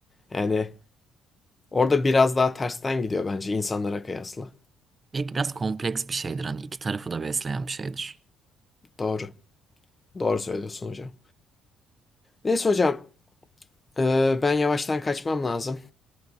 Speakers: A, on the left; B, on the right.
A: Yani orada biraz daha tersten gidiyor bence insanlara kıyasla.
B: Belki biraz kompleks bir şeydir hani iki tarafı da besleyen bir şeydir.
A: Doğru. Doğru söylüyorsun hocam. Neyse hocam, e, ben yavaştan kaçmam lazım.